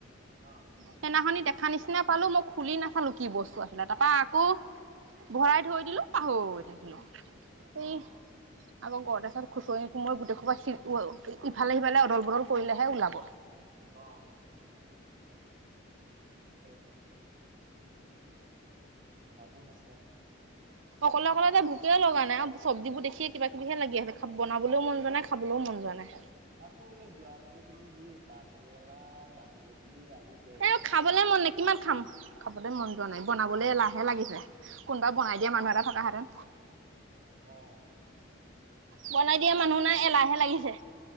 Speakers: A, on the right; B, on the right.
A: অ',
B: সেইদনাখনি দেখ খা নিচিনা পালো, মই খুলি নাচালো কি বস্তু আছিলে। তাৰাপা আকৌ ভৰাই থৈ দিলো, পাহৰি থাকিলো।
A: অ',
B: সেই আকৌ গৰদেছত খুচৰি-কোমৰি গোটেইখোপা <unintelligible> ইফালে-সিফালে অদল-বদল কৰিলেহে ওলাব।
A: অ'। হুম, হুম, হুম, কথাটো সঁচা।
B: অকলে-অকলে যে ভোকে লগা নাই, আৰু চব্জিবোৰ দেখিয়ে কিবা-কিবিহে লাগি আছে। বনাবলৈও মন যোৱা নাই, খাবলৈও মন যোৱা নাই।
A: আকৌ বোলে যোৱাকালি তুমি হেৰি বাটকেৰেলা, দাংগুটি হেইবোৰ <unintelligible> আহিছিলা।
B: এ খাবলে মন নাই কিমান খাম? খাবলৈ মন যোৱা নাই, বনাবলৈ এলাহে লাগিছে। কোনবা বনাই দিয়া মানুহ এটা থকা হেতেন।
A: অ'।
B: বনাই দিয়া মানুহ নাই। এলাহে লাগিছে।